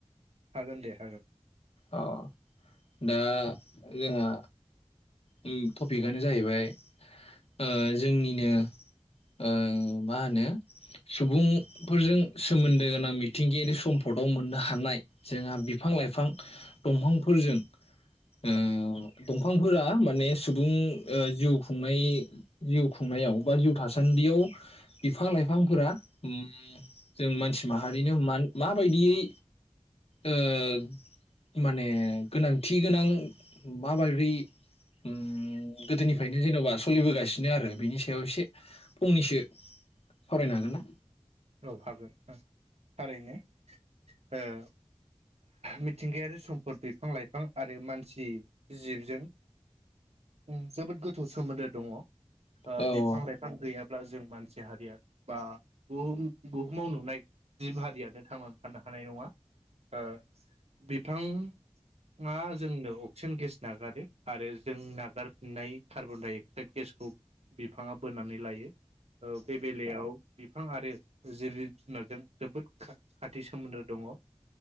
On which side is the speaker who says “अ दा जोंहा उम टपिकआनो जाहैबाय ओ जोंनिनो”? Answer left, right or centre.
Left